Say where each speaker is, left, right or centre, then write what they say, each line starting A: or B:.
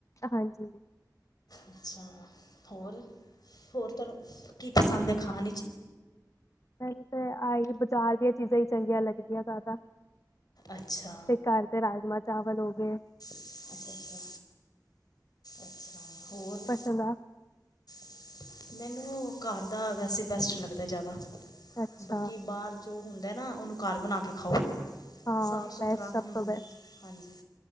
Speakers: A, on the left; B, on the left.
A: ਹਾਂਜੀ
B: ਅੱਛਾ, ਹੋਰ ਹੋਰ ਤੁਹਾਨੂੰ ਕੀ ਪਸੰਦ ਐ ਖਾਣੇ ਵਿੱਚ।
A: ਮੈਨੂੰ ਤੇ ਆਈ ਬਾਜ਼ਾਰ ਦੀਆਂ ਚੀਜ਼ਾਂ ਈ ਚੰਗੀਆਂ ਲੱਗਦੀਆਂ। ਜ਼ਿਆਦਾ
B: ਅੱਛਾ।
A: ਤੇ ਕਰ ਰਾਜਮਾ-ਚਾਵਲ ਹੋਗੇ।
B: ਅੱਛਾ, ਅੱਛਾ, ਅੱਛਾ ਹੋਰ।
A: ਚੰਗਾ।
B: <inaudible> ਮੈਨੂੰ ਘਰ ਦਾ ਵੈਸੇ ਬੈਸਟ ਲੱਗਦਾ ਜ਼ਿਆਦਾ
A: ਅੱਛਾ
B: ਬਾਕੀ ਬਾਹਰ। ਜੋ ਹੁੰਦਾ ਨਾ, ਉਹਨੂੰ ਘਰ ਬਣਾ ਕੇ ਖਾਓ
A: ਹਾਂ
B: ਸਾਫ ਸੁਥਰਾ
A: ਬੈਸਟ ਸਭ
B: ਹਾਂਜੀ।
A: ਤੋਂ ਬੈਸਟ